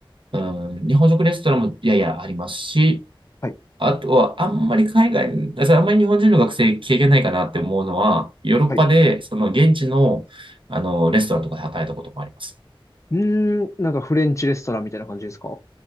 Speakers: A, on the right (about 65°); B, on the left (about 35°).
A: うん、日本食レストランもややありますし、
B: はい、
A: あとは、あんまり海外、それあんまり日本人の学生経験ないかなって思うのは、ヨーロッパで、
B: はい。
A: その現地の、あの、レストランとかで働いたこともあります。
B: うーん、なんかフレンチレストランみたいな感じですか